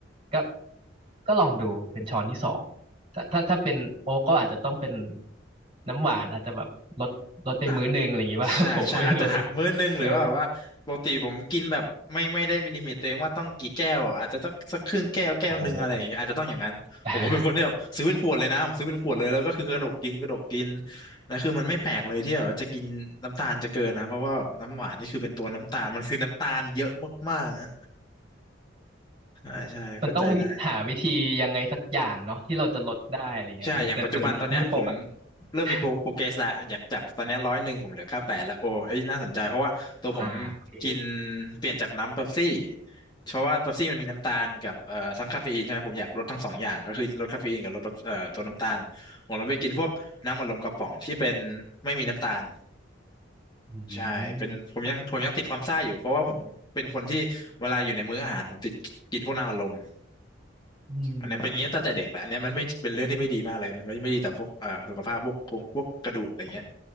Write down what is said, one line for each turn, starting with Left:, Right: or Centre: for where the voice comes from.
Right: ก็ก็ลองดูเป็นช้อนที่สองถ้าถ้าถ้าเป็นโอ๊กก็อาจจะต้องเป็นน้ำหวานอาจจะแบบลดลดไปมื้อหนึ่งอะไรอย่างงี้ป่ะ
Left: อ่ะ ใช่ใช่อาจจะหักมื้อนึงหรือว่าแบบว่าปกติผมกินแบบไม่ไม่ได้มีลิมิตตัวเองว่าต้องกี่แก้วอาจจะต้องสักครึ่งแก้วแก้วหนึ่งอะไรอย่างเงี้ยอาจจะต้องอย่างนั้นผมว่าเป็นคนที่แบบซื้อเป็นขวดเลยนะผมซื้อเป็นขวดเลยแล้วก็คือกระดกกินกระดกกิน
Right: <laughs> ผมก็ไม่รู้นะเออโอ้โหอ่า
Left: นะคือมันไม่แปลกเลยที่แบบว่าจะกินน้ำตาลจะเกินนะเพราะว่าน้ำหวานนี่คือเป็นตัวน้ำตาลมันคือน้ำตาลเยอะมากๆนะใช่ใช่เข้าใจได้
Right: มันต้องหาวิธียังไงสักอย่างเนาะที่เราจะลดได้อะไรเงี้ยเออแต่แต่น้ำมันคงแบบ
Left: ใช่อย่างปัจจุบันตอนเนี้ยผมเริ่มมีโปรโปรเกรสและอยากจากตอนเนี้ร้อยหนึ่งผมเหลือเก้าแปดแล้วโอ้เอ้ยน่าสนใจเพราะว่าตัวผม
Right: <laughs> อ่าโอเค
Left: กินเปลี่ยนจากน้ำเป๊ปซี่เพราะว่าเป๊ปซี่มันมีน้ำตาลกับเอ่อทั้งคาเฟอีนใช่ไหมผมอยากลดทั้งสองอย่างก็คือลดคาเฟอีนกับลดเอ่อตัวน้ำตาลผมเลยไปกินพวกน้ำอัดลมกระป๋องที่เป็นไม่มีน้ำตาล
Right: อืม
Left: ใช่เป็นผมยังผมยังติดความซ่าอยู่เพราะว่าผมเป็นคนที่เวลาอยู่ในมื้ออาหารผมติดกินพวกน้ำอัดลม
Right: อืม
Left: อันเนี้ยเป็นอย่างนี้ตั้งแต่เด็กแหละอันเนี้ยมันไม่เป็นเรื่องที่ไม่ดีมากเลยมันไม่ไม่ดีต่อพวกเอ่อสุขภาพพวกโครงพวกกระดูกอะไรเงี้ย